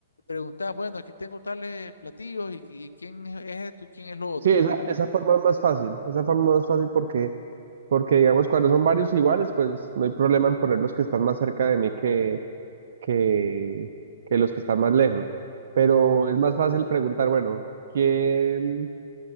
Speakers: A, on the left; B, on the right.
A: preguntas, bueno, aquí tengo tales platillos y, y quién es esto y quién es lo otro.
B: Sí, esa,
A: ¿Cómo,
B: esa forma es más fácil, esa forma es más fácil porque Porque digamos, cuando son varios iguales, pues no hay problema en poner los que están más cerca de mí que, que, que los que están más lejos. Pero es más fácil preguntar, bueno, ¿quién,